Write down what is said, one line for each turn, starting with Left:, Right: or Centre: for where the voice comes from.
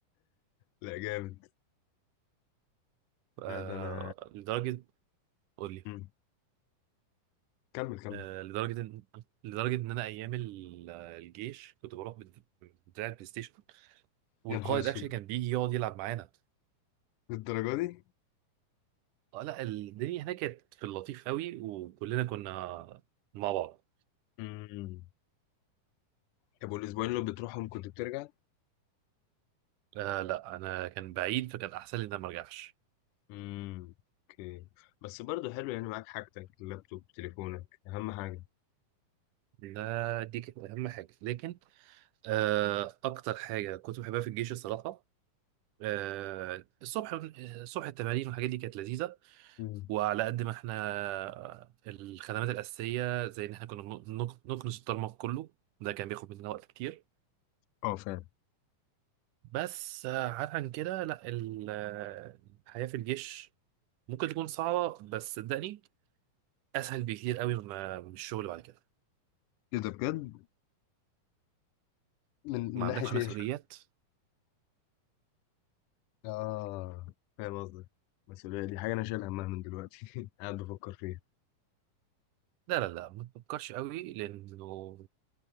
Left: لا جامد
Right: آه
Left: لا ده انا
Right: لدرجه قول لي
Left: مم. كمل كمل
Right: آه لدرجه ان لدرجه ان انا ايام ال- الجيش كنت بروح بد- بدراع البلاي ستيشن والقائد
Left: يا نهار اسود
Right: اكشلي كان بيجي يقعد يلعب معانا
Left: للدرجة دي
Right: اه لا الدنيا هناك كانت في اللطيف قوي وكلنا كنا مع بعض
Left: امم طب والاسبوعين اللي بتروحهم كنت بترجع
Right: آه لا انا كان بعيد فكان احسن لي ان انا ما ارجعش
Left: امم اوكي بس برضه حلو يعني معاك حاجتك اللابتوب تليفونك اهم حاجة
Right: ده دي كانت اهم حاجه لكن آه اكتر حاجه كنت بحبها في الجيش الصراحه آه الصبح الصبح التمارين والحاجات دي كانت لذيذه
Left: امم
Right: وعلى قد ما احنا آه، الخدمات الاساسيه زي ان احنا كنا بنكنس الطرمق كله ده كان بياخد مننا وقت كتير
Left: اه فاهم
Right: بس آه، عاد عن كده لا ال- آه، الحياة في الجيش ممكن تكون صعبة بس صدقني أسهل بكتير قوي ما- من الشغل بعد كده
Left: ايه ده بجد من
Right: ما
Left: من ناحية
Right: عندكش
Left: ما
Right: مسؤوليات
Left: ايه؟ عندكش اه فاهم قصدك المسؤولية دي حاجة أنا شايل همها من دلوقتي <laughs> قاعد بفكر فيها
Right: لا لا لا ما تفكرش قوي لأنه